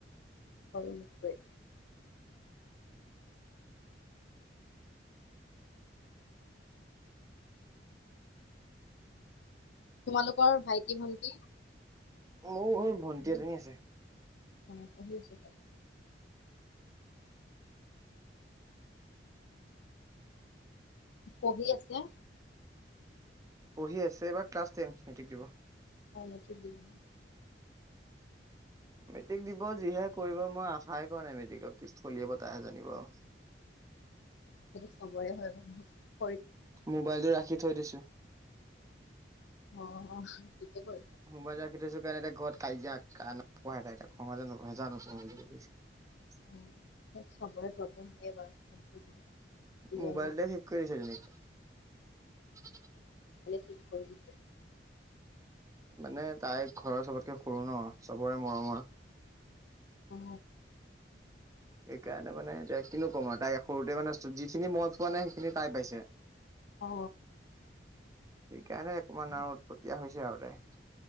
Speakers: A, on the left; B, on the right.
A: সৰু মুতকৈ। তোমালোকৰ ভাইটি- ভন্টি?
B: মোৰো ভণ্টি এজনী আছে।
A: অহ, পঢ়ি আছে চাগে? পঢ়ি আছে?
B: পঢ়ি আছে এবা ক্লাছ টেন মেটিক দিব।
A: <unintelligible>
B: মেট্ৰিক দিব যিহে কৰিব মই আশাই কৰা নাই মেট্ৰিকক কি ফলিয়াব তাইহে জানিব আৱ। <unintelligible>
A: সেতু চবৰে হয় মানুহ।
B: মোবাইলটো ৰাখি থৈ দিছো।
A: অ থিকে কৰি।
B: মোবাইল ৰাখি থৈছো কাৰণে এতিয়া ঘৰত কাজিয়া। পঢ়াই তাই ত। অহা যোৱা নকই অহা যোৱা নকৰোঁ বুলি কৈছে।
A: চবৰে প্ৰব্লেম হয়ে বাৰু ফোনটো বহুত কিয়নো
B: মোবাইলতে শেষ কৰি দিছে যেনেকে।
A: থিক কৰি দিছে।
B: মানে তাই ঘৰৰ চবতকে সৰু ন চবৰে মৰমৰ।
A: উ।
B: সেইকাৰণে মানে এয়া কিনো কম আৰু তাই সৰুতে মানে যিখিনি মই পোৱা নাই সেইখিনি তাই পাইছে
A: অ,।
B: সেইকাৰণে অকমান আৰু উটপতিয়া হৈছে আৰু তাই।